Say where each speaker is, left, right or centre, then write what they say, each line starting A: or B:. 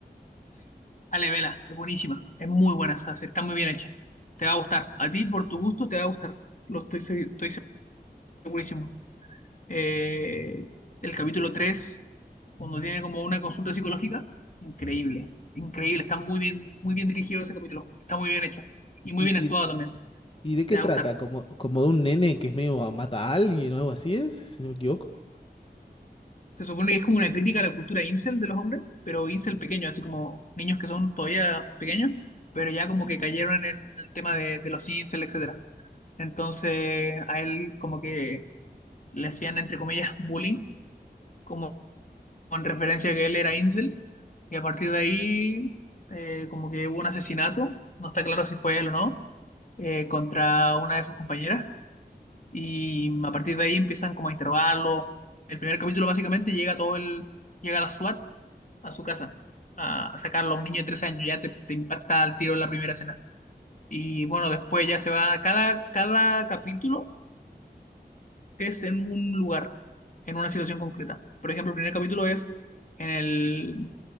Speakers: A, on the left (about 50°); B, on the left (about 35°).
A: Ale, vela. Es buenísima. Es muy buena esa serie. Está muy bien hecha. Te va a gustar. A ti, por tu gusto, te va a gustar. Lo estoy, estoy segurísimo. eh, el capítulo 3 cuando tiene como una consulta psicológica, increíble, increíble, está muy bien, muy bien dirigido ese capítulo, está muy bien hecho y muy
B: ¿Y,
A: bien actuado
B: y,
A: también,
B: y de qué
A: te va
B: trata?
A: a gustar.
B: ¿Como, como de un nene que es medio a- mata a alguien o algo así es? Si no me equivoco.
A: Se supone que es como una crítica a la cultura incel de los hombres, pero incel pequeño, así como niños que son todavía pequeños, pero ya como que cayeron en el tema de, de los incel, etcétera. Entonces a él como que le hacían, entre comillas, bullying como con referencia a que él era incel, y a partir de ahí eh, como que hubo un asesinato, no está claro si fue él o no, eh, contra una de sus compañeras, y a partir de ahí empiezan como a interrogarlo. El primer capítulo básicamente llega todo el, llega la SWAT a su casa, a, a sacarlo a un niño de 13 años, ya te, te impacta al tiro en la primera escena. Y bueno, después ya se va, cada, cada capítulo es en un lugar, en una situación concreta. Por ejemplo, el primer capítulo es en el,